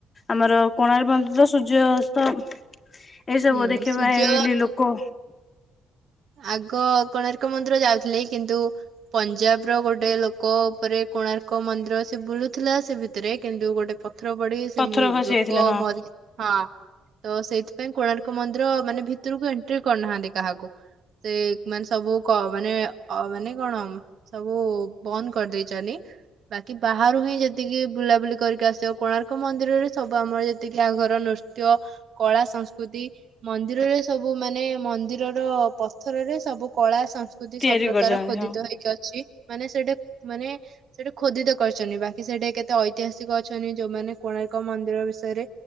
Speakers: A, on the left (about 35°); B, on the right (about 65°).
A: ଆମର କୋଣାର୍କ ବଞ୍ଚିତ ସୂର୍ଯ୍ୟ ଅସ୍ତ ଏଇସବୁ
B: ହୁଁ
A: ଦେଖିବା
B: ସୂର୍ଯ୍ୟ
A: ପାଇଁ ହେଇ ଲୋକ
B: ଆଗ କୋଣାର୍କ ଯାଉଥିଲେ କିନ୍ତୁ ପଞ୍ଜାବର ଗୋଟେ ଲୋକ ଉପରେ କୋଣାର୍କ ମନ୍ଦିର ସେ ବୁଲୁଥିଲା ସେ ଭିତରେ କିନ୍ତୁ ଗୋଟେ ପଥର ପଡି ସେ
A: ପଥର ଖସି
B: ଲୋକ
A: ଯାଇଥିଲା ହଁ
B: ମରି ହଁ ତ ସେଇଥି ପାଇଁ କୋଣାର୍କ ମନ୍ଦିର ମାନେ ଭିତରକୁ ଏଣ୍ଟ୍ରି କରୁନାହାନ୍ତି କାହାକୁ। ସେ ମାନେ ସବୁ ମାନେ ଅ ମାନେ କଣ ସବୁ ବନ୍ଦ କରିଦେଇଛନ୍ତି। ବାକି ବାହାରୁ ହିଁ ଯେତିକି ବୁଲାବୁଲି କରିକି ଆସିବ କୋଣାର୍କ ମନ୍ଦିରରେ ସବୁ ଆମର ଯେତିକି ଆଘର ନୃତ୍ୟ କଳା ସଂସ୍କୃତି ମନ୍ଦିରରେ ସବୁ ମାନେ ମନ୍ଦିରର ପଥରରେ ସବୁ କଳା ସଂସ୍କୃତି
A: ତିଆରି
B: ସବୁ ପ୍ରକାର
A: କରିଛନ୍ତି
B: ଖୋଦିତ
A: ହଁ
B: ହେଇକି ଅଛି। ମାନେ ସେଟା ମାନେ ସେଟା ଖୋଦିତ କରିଛନ୍ତି। ବାକି ସେଟା କେତେ ଐତିହାସିକ ଅଛନ୍ତି ଯୋଉମାନେ କୋଣାର୍କ ମନ୍ଦିର ବିଷୟରେ